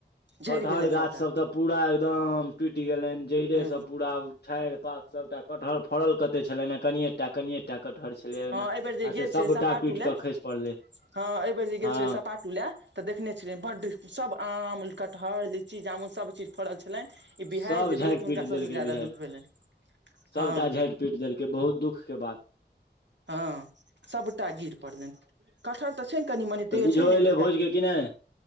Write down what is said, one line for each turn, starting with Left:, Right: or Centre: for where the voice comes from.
Right: झड़ि
Left: कटहर
Right: गेलनि
Left: गाछ
Right: सभटा
Left: सब तऽ पूरा एकदम टूइट गेलनि जड़े
Right: हँ
Left: सब पूरा ठारि पात सबटा कठहर फरल कते छलनि ह कनियेटा कनिय एकटा कटहर छलै ओहिमे
Right: हँ एहिबेर जे
Left: आ
Right: गेल
Left: से सबटा
Right: छलै सपाटू
Left: टूटि
Right: लए
Left: कऽ खसि पड़लै
Right: हँ एहि बेेर जे गेल
Left: हँ
Right: छलय सपाटू लए तऽ देखने छलिय बड्ड सब आम कटहर लीची जामुन सब चीज फड़ल छलय ई बिहार
Left: सभ
Right: जे
Left: झाँटि
Right: भेलै तऽ हुनका
Left: पीट देलकै
Right: सबस ज्यादा
Left: बिहाड़ि
Right: दुःख भेलन
Left: सभटा
Right: ह
Left: झाँटि पीट देलकय बहुत दुख के बात
Right: हँ सबटा गिर पड़लनि कटहर तऽ छय ने कनि मने
Left: तऽ
Right: तैयो
Left: बीजहो
Right: छय ने एक
Left: एलै
Right: दूटा
Left: भोज के कि नहि